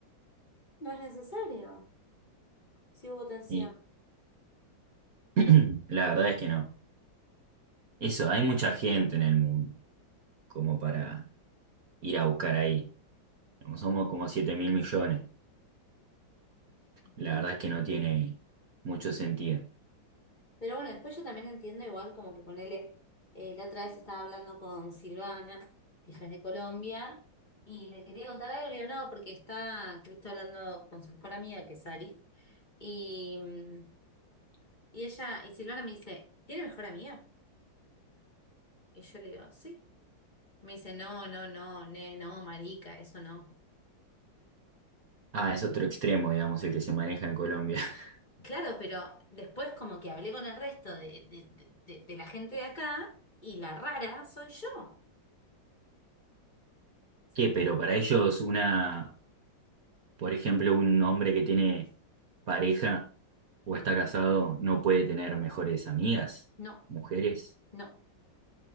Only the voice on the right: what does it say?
Y <clears throat> la verdad es que no. Eso, hay mucha gente en el mundo como para ir a buscar ahí. Somos como siete mil millones. La
verdad es que no tiene mucho sentido.
Ah, es otro extremo, digamos, el que se maneja en Colombia. <laughs>
¿Qué?
Pero para ellos una, por ejemplo, un hombre que tiene pareja o está casado no puede tener mejores amigas,
mujeres.